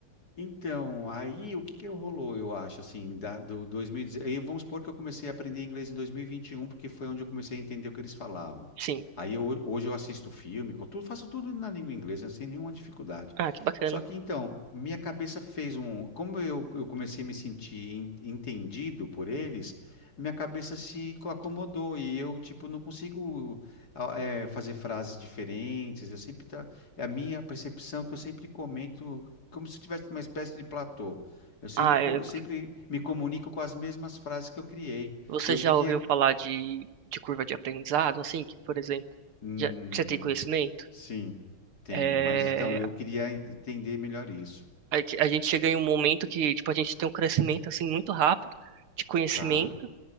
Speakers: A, on the left (about 45°); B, on the right (about 85°).
A: Então, aí o que que rolou, eu acho, assim, da, do 2010, aí vamos supor que eu comecei a aprender inglês em 2021, porque foi onde eu comecei a entender o que eles falavam.
B: Sim.
A: Aí eu- hoje eu assisto filme, co- tudo, faço tudo na língua inglesa, sem nenhuma dificuldade.
B: Ah, que bacana.
A: Só que então, minha cabeça fez um, como eu, eu comecei a me sentir en- entendido por eles, minha cabeça se co- acomodou e eu, tipo, não consigo ah, eh, fazer frases diferentes, eu sempre, tá, é a minha percepção que eu sempre comento como se eu tivesse uma espécie de platô. Eu sempre,
B: Ah,
A: co-
B: é,
A: eu sempre me comunico com as mesmas frases que eu criei.
B: você
A: Eu
B: já
A: queria.
B: ouviu falar de, de curva de aprendizado, assim, que, por exemplo,
A: Hum,
B: já, você tem conhecimento?
A: sim, tenho,
B: É,
A: mas então eu queria entender melhor isso,
B: a, gente a gente chega em um momento que, tipo, a gente tem um crescimento, assim, muito rápido de conhecimento
A: tá?